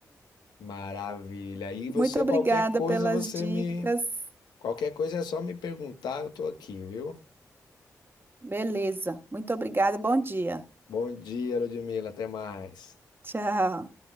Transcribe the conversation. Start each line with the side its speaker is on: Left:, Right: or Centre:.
Left: maravilha. E você,
Right: Muito obrigada
Left: qualquer coisa,
Right: pelas
Left: você
Right: dicas.
Left: me. Qualquer coisa é só me perguntar, eu tô aqui, viu?
Right: Beleza. Muito obrigada. Bom dia.
Left: Bom dia, Ludmila, até mais.
Right: Tchau.